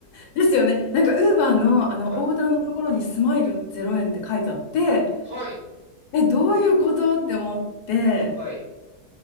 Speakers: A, on the left; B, on the right.
A: ですよねなんかウーバーの、あのオーダーのところにスマイル0円って書いてあって
B: はい。はい。
A: えどういうことって思って
B: はい。